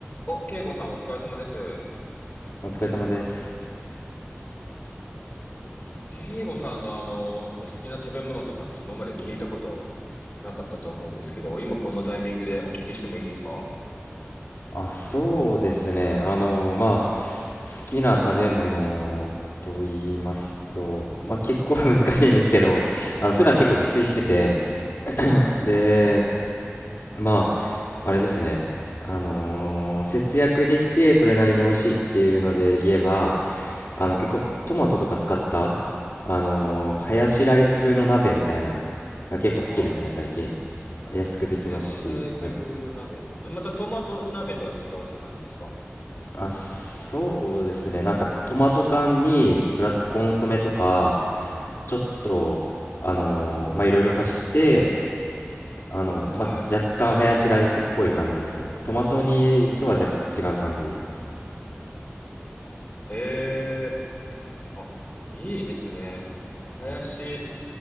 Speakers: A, on the left (about 25°); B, on the left (about 55°).
A: お、慶吾さんお疲れ様です。
B: お疲れ様です。
A: 慶吾さんのあの、お好きな食べ物とかって今まで聞いたことなかったと思うんですけど、今このタイミングでお聞きしてもいいですか
B: あ、そうですね。あの、まあ、好きな食べ物と言いますと、まあ、結構
A: はい、
B: <laughs> 難しいんですけど、あの、普段結構自炊してて、
A: はい、はい、
B: で、まあ、あれですね。あのー節約できて、それなりに美味しいっていうので言えば、
A: はい、
B: あの、結構トマトとか使った、あのーハヤシライス風の鍋みたいな、が結構好きですね、
A: はい。
B: 最近。安くできますし、
A: ハヤシライス風の鍋。
B: はい。
A: またトマト鍋とは違うって感じですか
B: あ、そうですね。なんかトマト缶にプラスコンソメとかちょっとあのーまあいろいろ足して、あのーまあ、
A: はい。
B: 若干ハヤシライスっぽい感じですね。トマト煮とはじゃ違う感じですね。
A: へえ、あ、いいですね。ハヤシ
B: はい